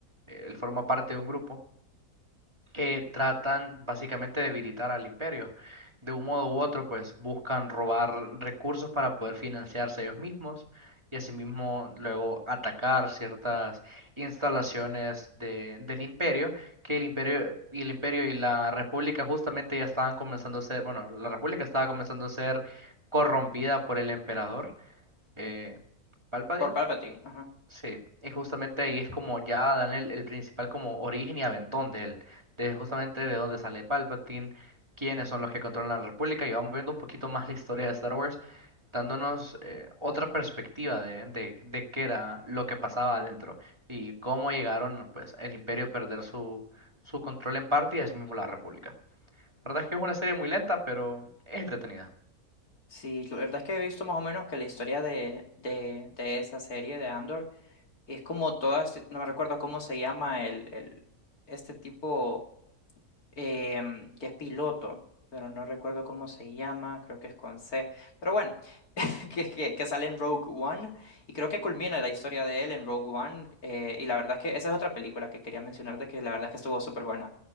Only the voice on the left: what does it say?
Por Palpatine, ajá.
Sí, la verdad es que he visto más o menos que la historia de, de, de esa serie de Andor es como todas, si, no me recuerdo cómo se llama el, el este tipo em, que es piloto, pero no recuerdo cómo se llama, creo que es con C. Pero bueno. <laughs> que, que, que sale en Rogue One y creo que culmina la historia de él en Rogue One eh, y la verdad es que esa es otra película que quería mencionarte que la verdad es que estuvo súper buena.